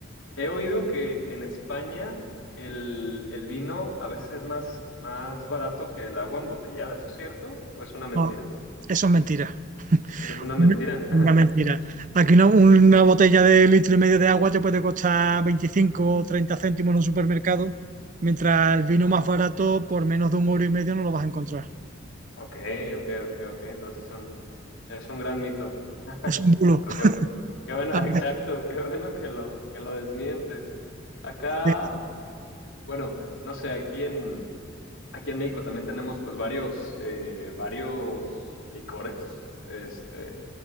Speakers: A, on the left; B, on the right.
A: he oído que en España el, el vino a veces es más, más barato que el agua embotellada. ¿Eso es cierto o es una mentira?
B: No, eso es mentira. <laughs>
A: Eso es una mentira.
B: Una una
A: <laughs>
B: mentira. Aquí una, una botella de litro y medio de agua te puede costar 25 o 30 céntimos en un supermercado, mientras el vino
A: ¿No?
B: más barato por menos de un euro y medio no lo vas a encontrar.
A: Ok, ok, ok, ok. Entonces es un, es un gran mito. <laughs>
B: Es un bulo.
A: Pero
B: <laughs>
A: Qué, qué bueno,
B: Ah,
A: <laughs> exacto, qué bueno que lo, que lo desmientes. Acá,
B: Sí,
A: bueno, no sé, aquí en, Aquí en México también tenemos pues varios, eh, varios licores. Este,